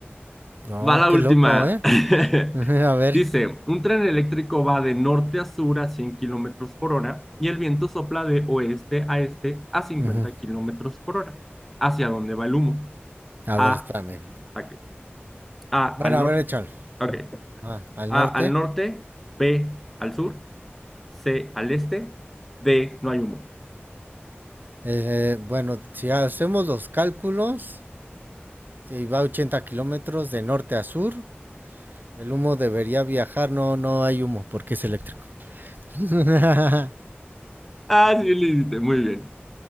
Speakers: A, on the right; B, in the centre.
A: No,
B: Va la
A: qué
B: última.
A: loco, ¿eh?
B: <laughs>
A: Ujú, A ver.
B: Dice, un tren eléctrico va de norte a sur a 100 kilómetros por hora y el viento sopla de oeste a este a 50
A: ujú,
B: kilómetros por hora. ¿Hacia dónde va el humo?
A: A
B: A,
A: ver, espérame.
B: a, A
A: Bueno,
B: al norte.
A: a ver, échalo.
B: okay.
A: Ah, al
B: A
A: norte.
B: al norte, B al sur, C al este, D no hay humo.
A: eh, bueno, si hacemos los cálculos, si va 80 kilómetros de norte a sur. El humo debería viajar, no, no hay humo porque es eléctrico. <laughs>
B: Ah, sí, lo hiciste. Muy bien.